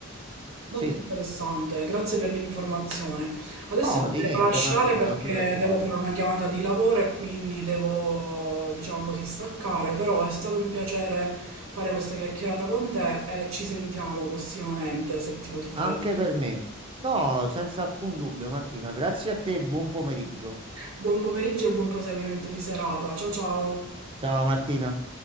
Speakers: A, on the right; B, on the right.
A: Molto
B: sì.
A: interessante, grazie per l'informazione. Adesso
B: No,
A: ti
B: di
A: devo
B: niente,
A: lasciare
B: Martina,
A: perché
B: non ti preoccupare.
A: devo fare una chiamata di lavoro e quindi devo, diciamo così, staccare, però è stato un piacere fare questa chiacchierata con te e ci sentiamo prossimamente se ti potrò fare.
B: Anche per me. No, senza alcun dubbio, Martina. Grazie a te, buon pomeriggio.
A: Buon pomeriggio e buon proseguimento di serata. Ciao ciao.
B: Ciao, Martina.